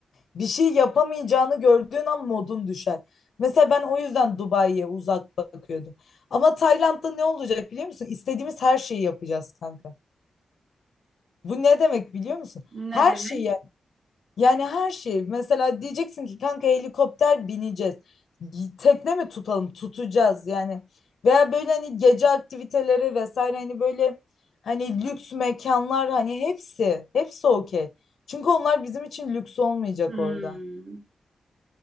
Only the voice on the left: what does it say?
Bir şey yapamayacağını gördüğün an modun düşer. Mesela ben o yüzden Dubai'ye uzak bakıyordum. Ama Tayland'da ne olacak biliyor musun? İstediğimiz her şeyi yapacağız kanka. Bu ne demek biliyor musun?
Her
şeyi yani, yani her şeyi mesela diyeceksin ki kanka helikopter bineceğiz. Y- Tekne mi tutalım? Tutacağız yani. Veya böyle hani gece aktiviteleri vesaire hani böyle hani lüks mekanlar hani hepsi hepsi okey. Çünkü onlar bizim için lüks olmayacak
orada.